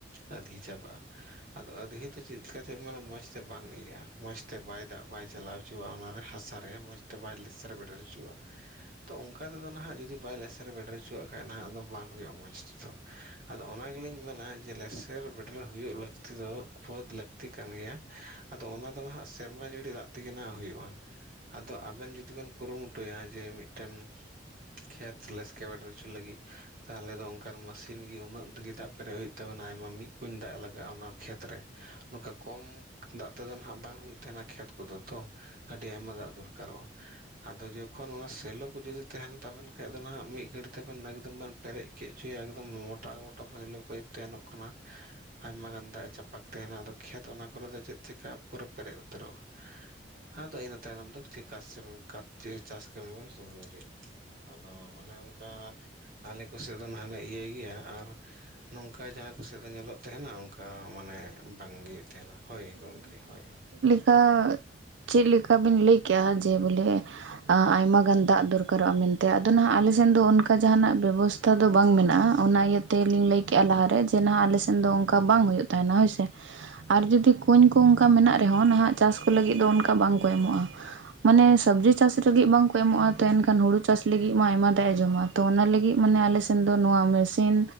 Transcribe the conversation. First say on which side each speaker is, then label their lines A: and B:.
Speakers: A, on the right; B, on the right.
A: ᱟᱫᱷᱤ ᱪᱟᱵᱟᱜᱼᱟ᱾ ᱟᱫᱚ ᱟᱫᱷᱮ ᱛᱚ ᱪᱮᱫ ᱞᱮᱠᱟ ᱪᱮᱫ ᱢᱟᱱᱮ ᱢᱚᱸᱡᱽᱛᱮ ᱵᱟᱝ ᱤᱭᱟᱹᱜᱼᱟ ᱢᱚᱸᱡᱽ ᱛᱮ ᱵᱟᱭ ᱫᱟᱜ ᱵᱟᱭ ᱪᱟᱞᱟᱣ ᱪᱚᱣᱟᱜᱼᱟ ᱚᱱᱟ ᱨᱮ ᱦᱟᱥᱟᱨᱮ ᱢᱚᱸᱡᱽᱛᱮ ᱵᱟᱭ ᱞᱮᱥᱮᱨ ᱵᱮᱰᱮᱨ ᱦᱚᱪᱚᱣᱟᱜ-ᱟ᱾ ᱛᱚ ᱚᱱᱠᱟ ᱛᱮᱫᱚ ᱱᱟᱦᱟᱜ ᱡᱩᱫᱤ ᱵᱟᱭ ᱞᱮᱥᱮᱨ ᱵᱮᱴᱮᱨ ᱦᱚᱪᱚᱣᱟᱜ ᱠᱷᱟᱡ ᱱᱟᱦᱟᱜ ᱟᱫᱚ ᱵᱟᱝ ᱦᱩᱭᱩᱜᱼᱟ ᱢᱚᱡᱽ ᱛᱮᱫᱚ᱾ ᱟᱫᱚ ᱚᱱᱟ ᱜᱮᱞᱤᱧ ᱢᱮᱱᱟ ᱡᱮ ᱞᱮᱥᱮᱨ ᱵᱮᱴᱮᱨ ᱦᱩᱭᱩᱜ ᱞᱟᱹᱠ -ᱛᱤ ᱫᱚ ᱵᱩᱫ ᱞᱟᱹᱠᱛᱤ ᱠᱟᱱ ᱜᱮᱭᱟ ᱟᱫᱚ ᱚᱱᱟ ᱫᱚ ᱱᱦᱟᱜ ᱥᱮᱨᱢᱟ ᱡᱟᱹᱲᱤ ᱫᱟᱜ ᱛᱮᱜᱮ ᱱᱦᱟᱜ ᱦᱩᱭᱩᱜᱼᱟ᱾ ᱟᱫᱚ ᱟᱵᱮᱱ ᱡᱩᱫᱤ ᱵᱮᱱ ᱠᱩᱨᱩᱢᱩᱴᱩᱭᱟ ᱡᱮ ᱢᱤᱫᱴᱮᱱ ᱠᱷᱮᱛ ᱞᱮᱥᱠᱮᱵᱮᱰᱮᱨ ᱚᱪᱩ ᱞᱟᱹᱜᱤᱫ ᱛᱟᱦᱚᱞᱮ ᱫᱚ ᱚᱱᱠᱟᱱ ᱢᱟᱥᱤᱱ ᱜᱤ ᱩᱱᱟᱹᱜ ᱜᱮ ᱫᱟᱜ ᱯᱮᱨᱮᱡ ᱦᱩᱭᱩᱜ ᱛᱟᱵᱤᱱᱟ ᱟᱭᱢᱟ ᱢᱤᱫ ᱠᱩᱧ ᱫᱟᱜ ᱞᱟᱜᱟᱜᱼᱟ ᱚᱱᱟ ᱠᱷᱮᱛ ᱨᱮ ᱱᱚᱝᱠᱟ ᱠᱚᱢ ᱫᱟᱜ ᱛᱮᱫᱚ ᱱᱦᱟᱜ ᱵᱟᱝ ᱦᱩᱭᱩᱜ ᱛᱟᱦᱮᱱᱟ ᱠᱷᱮᱛ ᱠᱚᱫᱚ ᱛᱚ᱾ ᱟᱹᱰᱤ ᱟᱭᱢᱟ ᱫᱟᱜ ᱫᱚᱨᱠᱟᱨᱚᱜᱼᱟ᱾ ᱟᱫᱚ ᱡᱚᱠᱷᱚᱱ ᱚᱱᱟ ᱥᱮᱞᱚ ᱠᱚ ᱡᱩᱫᱤ ᱛᱟᱦᱮᱱ ᱛᱟᱵᱮᱱ ᱠᱷᱟᱡ ᱫᱚ ᱱᱟᱦᱟᱜ ᱢᱤᱫ ᱜᱷᱟᱹᱲᱤ ᱛᱮᱵᱮᱱ ᱮᱠᱫᱚᱢ ᱵᱮᱱ ᱯᱮᱨᱮᱡ ᱠᱮᱫ ᱦᱚᱪᱚᱭᱟ ᱮᱠᱫᱚᱢ ᱢᱚᱴᱟ ᱢᱚᱴᱟ ᱯᱳᱭᱞᱳ ᱯᱟᱭᱤᱯ ᱛᱟᱦᱮᱱᱚᱜ ᱠᱟᱱᱟ ᱟᱭᱢᱟ ᱜᱟᱱ ᱫᱟᱜ ᱪᱟᱯᱟᱠ ᱛᱟᱦᱮᱱᱟ ᱟᱫᱚ ᱠᱷᱮᱛ ᱚᱱᱟ ᱠᱚᱨᱮ ᱫᱚ ᱪᱮᱫ ᱪᱤᱠᱟᱜᱼᱟ ᱯᱩᱨᱟᱹ ᱯᱮᱨᱮᱡ ᱩᱛᱟᱹᱨᱚᱜᱼᱟ᱾ ᱦᱟᱸ ᱤᱱᱟᱹ ᱛᱟᱭᱱᱚᱢ ᱫᱚ ᱪᱮᱠᱟᱥᱮᱢ ᱠᱟᱛ ᱪᱮ ᱪᱟᱥ ᱠᱟᱹᱢᱤ ᱵᱮᱱ ᱥᱚᱞᱦᱚ ᱫᱟᱲᱮᱭᱟᱜᱼᱟ᱾ ᱟᱫᱚ ᱚᱱᱮ ᱚᱱᱠᱟ ᱟᱞᱮ ᱠᱚᱥᱮᱫ ᱫᱚ ᱱᱟᱦᱟᱜ ᱞᱮ ᱤᱭᱟᱹᱭ ᱜᱮᱭᱟ ᱟᱨ ᱱᱚᱝᱠᱟ ᱡᱟᱦᱟᱸ ᱠᱚᱥᱮᱫ ᱫᱚ ᱧᱮᱞᱚᱜ ᱛᱟᱦᱮᱱᱟ ᱚᱱᱠᱟ ᱢᱟᱱᱮ ᱵᱟᱝᱜᱮ ᱛᱟᱦᱮᱱᱟ ᱦᱳᱭ ᱜᱚᱢᱠᱮ ᱦᱳᱭ ᱦᱚᱭ
B: ᱟ ᱪᱮᱫᱞᱮᱠᱟ ᱵᱤᱱ ᱞᱟᱹᱭ ᱠᱮᱜᱼᱟ ᱡᱮ ᱵᱚᱞᱮ ᱟᱭᱢᱟ ᱜᱟᱱ ᱫᱟᱜ ᱫᱚᱨᱠᱟᱨᱚᱜᱼᱟ ᱢᱮᱱᱛᱮ ᱟᱫᱚ ᱱᱦᱟᱜ ᱟᱞᱮ ᱥᱮᱱ ᱫᱚ ᱚᱱᱠᱟ ᱡᱟᱦᱟᱱᱟᱜ ᱵᱮᱵᱚᱥᱛᱷᱟ ᱛᱷᱟ ᱫᱚ ᱵᱟᱝ ᱢᱮᱱᱟᱜᱼᱟ ᱚᱱᱟ ᱤᱭᱟᱹ ᱛᱮᱞᱤᱧ ᱞᱟᱹᱭ ᱠᱮᱜᱼᱟ ᱞᱟᱦᱟᱨᱮ ᱡᱮ ᱱᱦᱟᱜ ᱟᱞᱮ ᱥᱮᱱ ᱫᱚ ᱚᱱᱠᱟ ᱵᱟᱝ ᱦᱩᱭᱩᱜ ᱛᱟᱦᱮᱱᱟ ᱦᱳᱭᱥᱮ᱾ ᱟᱨ ᱡᱩᱫᱤ ᱠᱩᱧ ᱠᱚ ᱚᱱᱠᱟ ᱢᱮᱱᱟᱜ ᱨᱮᱦᱚᱸ ᱱᱟᱦᱟᱜ ᱪᱟᱥ ᱠᱚ ᱞᱟᱹᱜᱤᱫ ᱫᱚ ᱚᱱᱠᱟ ᱵᱟᱝᱠᱚ ᱮᱢᱚᱜᱼᱟ᱾ ᱢᱟᱱᱮ ᱥᱚᱵᱽᱡᱤ ᱪᱟᱥ ᱞᱟᱹᱜᱤᱫ ᱵᱟᱝᱠᱚ ᱮᱢᱚᱜᱼᱟ ᱛᱚ ᱮᱱᱠᱷᱟᱱ ᱦᱩᱲᱩ ᱪᱟᱥ ᱞᱟᱹᱜᱤᱫ ᱢᱟ ᱟᱭᱢᱟ ᱫᱟᱜ ᱮ ᱡᱚᱢᱟ᱾ ᱛᱚ ᱚᱱᱟ ᱞᱟᱹᱜᱤᱫ ᱢᱟᱱᱮ ᱟᱞᱮᱥᱮᱱ ᱫᱚ ᱱᱚᱣᱟ ᱢᱮᱥᱤᱱ